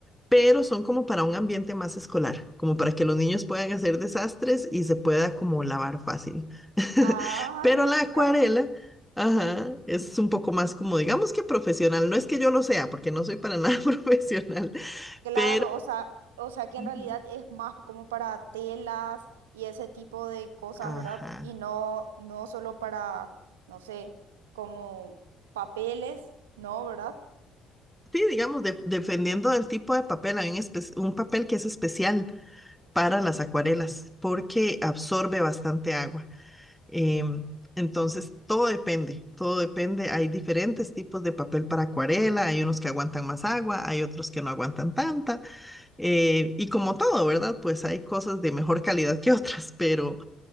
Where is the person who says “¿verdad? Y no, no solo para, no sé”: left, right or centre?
Right